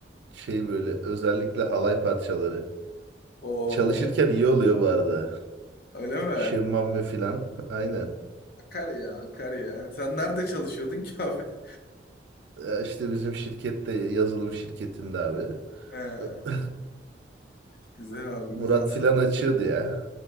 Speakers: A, on the right; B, on the left.
A: şey böyle özellikle halay parçaları.
B: Oo
A: Çalışırken iyi oluyor bu arada.
B: öyle mi?
A: Şemmame filan. Aynen.
B: Akar ya, akar ya. Sen nerede çalışıyordun ki abi? <laughs>
A: Ya işte bizim şirkette yazılım şirketinde abi.
B: He,
A: E,
B: güzel abi,
A: Murat
B: güzel sağ
A: filan
B: ol.
A: açıyordu ya.